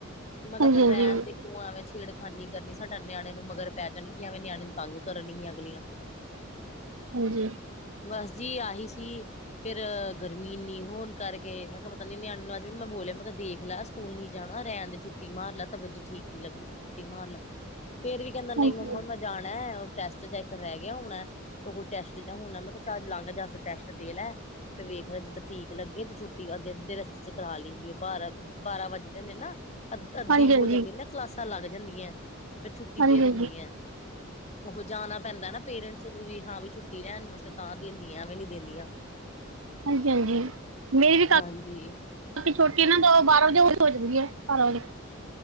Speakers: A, on the left (about 35°); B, on the right (about 75°).
A: ਮੈ ਕਿਹਾ
B: ਹਾਂਜੀ
A: ਫੇਰ ਰਹਿਣ
B: ਹਾਂਜੀ ਹਾਂ ਹਾਂਜੀ ਹਾਂਜੀ ਹਾਂਜੀ ਹਾਂਜੀ
A: ਦੇ।
B: ਹਾਂਜੀ
A: ਕਿਉਂ ਐਵੇਂ ਛੇੜਖਾਨੀ ਕਰਨੀ ਸਾਡਾ ਨਿਆਣੇ ਨੂੰ ਮਗਰ ਪੈ ਜਾਣਗੀਆਂ, ਐਵੇਂ ਨਿਆਣੇ ਨੂੰ ਤੰਗ ਕਰਨਗੀਆਂ ਅਗਲੀਆਂ। <inaudible>
B: ਹਾਂਜੀ।
A: ਬਸ ਜੀ ਆਹੀ ਸੀ। ਫਿਰ ਗਰਮੀ ਇੰਨੀ ਹੋਣ ਕਰਕੇ ਮੈਂ ਕਿਹਾ ਪਤਾ ਨੀ ਨਿਆਣੇ ਨੂੰ ਅਜ ਵੀ ਮੈਂ ਬੋਲਿਆ, ਮੈਂ ਕਿਹਾ ਦੇਖ ਲਾ ਸਕੂਲ ਨੀ ਜਾਣਾ ਰਹਿਣ ਦੇ ਛੁੱਟੀਮਾਰ ਲਾ ਤਬੀਅਤ ਠੀਕ ਨੀ ਲੱਗਦੀ ਛੁੱਟੀ ਮਾਰਲੇ ਫੇਰ ਵੀ ਕਹਿੰਦਾ ਨਹੀਂ
B: ਹਾਂਜੀ ਹਾਂਜੀ ਹਾਂਜੀ ਹਾਂਜੀ ਹਾਂਜੀ ਹਾਂਜੀ
A: ਮੰਮਾ ਮੈਂ ਜਾਣਾ। ਉਹ ਟੈਸਟ ਜਾਂ ਇੱਕ ਰਹਿ ਗਿਆ ਹੁਣ ਉਹ ਕੋਈ ਟੈਸਟ ਹੁਣ ਮੈਂ ਕਿਹਾ ਚ ਲੰਘ ਜਾ ਟੈਸਟ ਦੇ ਲੈ ਤੇ ਵੇਖ ਲ ਜਦੋਂ ਠੀਕ ਲੱਗੇ ਤੇ ਛੁੱਟੀ ਅੱਗੇ ਰਸਤੇ ਚ ਲੈਂਦੀ ਉਹ ਬਾਰਾਂ- ਬਾਰਾਂ ਵਜੇ ਦੇ ਨਾ ਅ ਅੱਧੀ
B: ਹਾਂਜੀ
A: ਹੋ ਜਾਂਦੀ
B: ਹਾਂਜੀ
A: ਨਾ ਕਲਾਸਾਂ ਲੱਗ ਜਾਂਦੀਆਂ। ਫਿਰ ਛੁੱਟੀ
B: ਹਾਂਜੀ
A: ਦੇ ਦਿੰਦੀ ਆ। ਉਹ ਹ ਜਾਣਾ ਪੈਂਦਾ ਨਾ ਪੇਰੈਂਟਸ ਨੂੰ ਵੀ ਹਾਂ ਵੀ ਛੁੱਟੀ ਲੈਣ ਵਾਸਤੇ ਤਾਂ ਦਿੰਦੀਆਂ ਐਵੇਂ ਨੀ ਦਿੰਦੀਆਂ।
B: ਹਾਂਜੀ-ਹਾਂਜੀ ਮੇਰੀ ਵੀ ਕੰ
A: ਹਾਂਜੀ।
B: ਬਾਕੀ ਛੋਟੀ ਇਹ ਨਾ ਤਾਂ ਬਾਰਾਂ ਵਜੇ ਹੋ ਹੀ ਹੋ ਜਾਦੀ ਹੈ ਬਾਰਾਂ ਵਜੇ